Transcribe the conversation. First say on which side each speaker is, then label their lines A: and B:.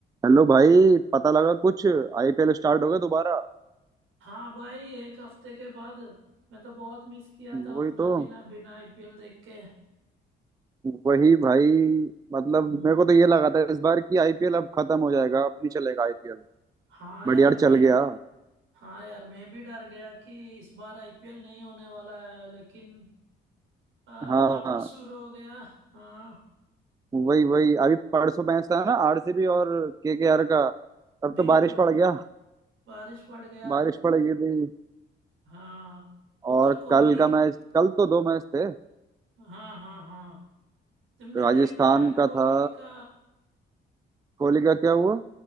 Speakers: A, on the right; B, on the right.
A: हेलो भाई पता लगा कुछ आईपीएल स्टार्ट हो गया दोबारा
B: हाँ भाई एक हफ्ते के बाद मैं तो बहुत मिस किया था उतना
A: वही तो
B: दिन अब बिना आईपीएल देख के
A: वही भाई मतलब
B: हम्म
A: मेरे को तो ये लगा था इस बार कि आईपीएल अब खत्म हो जाएगा अब नहीं चलेगा आईपीएल
B: हाँ
A: बट
B: यार
A: यार
B: मैं
A: चल गया
B: हाँ यार मैं भी डर गया कि इस बार आईपीएल नहीं होने वाला है लेकिन आ,
A: हाँ
B: वापस शुरू हो गया हाँ
A: वही वही अभी परसों मैच था ना आरसीबी और केकेआर का तब
B: बिल्कुल
A: तो बारिश पड़
B: हाँ
A: गया
B: बारिश पड़ गया
A: बारिश पड़ गई थी
B: हाँ वो तो
A: और
B: कोहली
A: कल का मैच कल तो दो मैच थे
B: हाँ हाँ हाँ तुमने
A: राजस्थान
B: देखा है कोहली
A: का था
B: का
A: कोहली का क्या हुआ